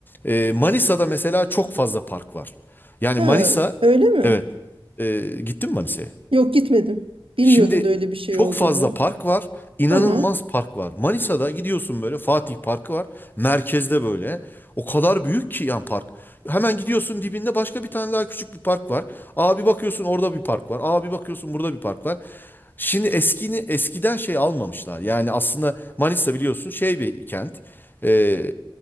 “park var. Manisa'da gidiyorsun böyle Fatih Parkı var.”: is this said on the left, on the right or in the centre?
Left